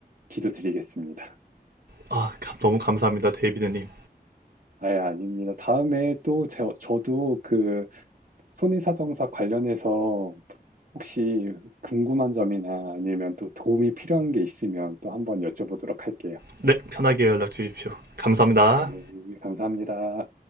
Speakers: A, on the right; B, on the right.
A: 기도드리겠습니다.
B: 아, 너무 감사합니다. 데이비드님.
A: 아예 아닙니다. 다음에 또 저, 저도 그 손해사정사 관련해서 혹시 궁금한 점이나 아니면 또 도움이 필요한 게 있으면 또 한번 여쭤보도록 할게요.
B: 네, 편하게 연락 주십시오. 감사합니다.
A: 네, 감사합니다.